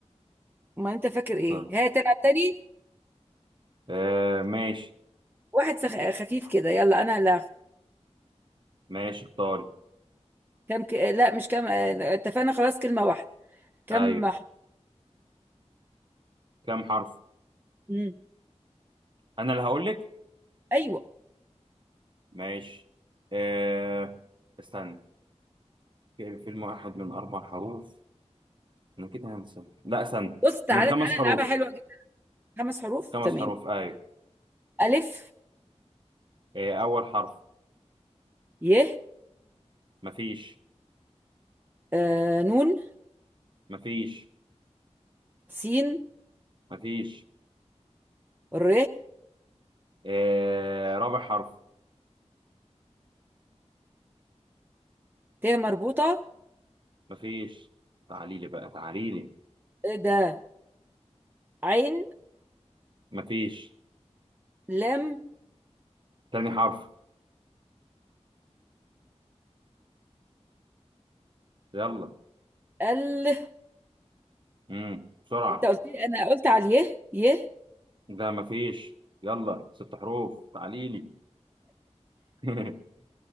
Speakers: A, on the right; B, on the right.
A: ما أنت فاكر إيه
B: طيب
A: ها تلعب تاني
B: آه ماشي
A: واحد سخ... خفيف كده يلا أنا اللي هاخد
B: ماشي اختاري
A: كم ك... لا مش كم آه، اتفقنا خلاص كلمة واحدة كم
B: ايوه
A: ح-
B: كم حرف
A: مم.
B: انا اللي هقول لك
A: أيوة
B: ماشي آه استنى في- فيلم واحد من اربع حروف انا كده هنسى لا استنى
A: بص تعالى
B: من خمس
A: تعالى
B: حروف
A: نلعبها حلوة جدا خمس حروف
B: خمس
A: تمام
B: حروف ايوه
A: ألف
B: آه اول حرف
A: ي
B: مفيش
A: آه، نون
B: مفيش
A: سين
B: مفيش
A: ر
B: آه رابع حرف
A: ت مربوطة
B: مفيش تعالي لي بقى تعالي لي
A: ده عين
B: مفيش
A: لام
B: تاني حرف يلا
A: ال
B: امم
A: <laughs>
B: بسرعة
A: انت قلت لي انا قلت على اليه يه
B: ده مفيش يلا ست حروف تعاليلي <laughs>